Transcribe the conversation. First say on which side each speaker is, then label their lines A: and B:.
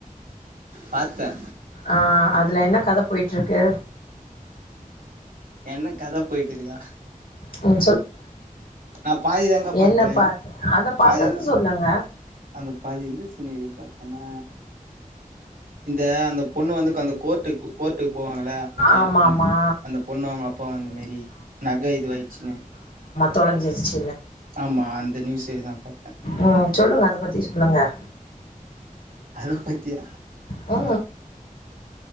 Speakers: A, on the right; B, on the left.
A: பாத்த
B: ஆ அதுல என்ன கத போயிட்டிருக்கு
A: என்ன கத போய்ட்டிருகா
B: ஓ
A: நா பாதி தங்க பா்த்தே
B: என்ன பாத் அத பாத்தது
A: பாதித
B: சொல்லுங்க
A: அந்த பாதி இருந்து சீனரியும் பாத் ஏனா இந்த அந்த பொண்ணு வந்து அந்த கோர்ட்டுக்கு கோர்ட்டு போவாங்கள அந்த பை
B: ஆமாமா
A: அந் அந்த பொண்ணு அவங்க அப்பாவ அந்த மாரி நகை இதுவாயிச்சுன்னு
B: தொலஞ்சிச்சு
A: ஆமா அந்த நியூசே தா பாத்தே
B: ம் சொல்லுங்க அத பத்தி சொல்லுங்கள்
A: அது பத்தியா
B: ஆ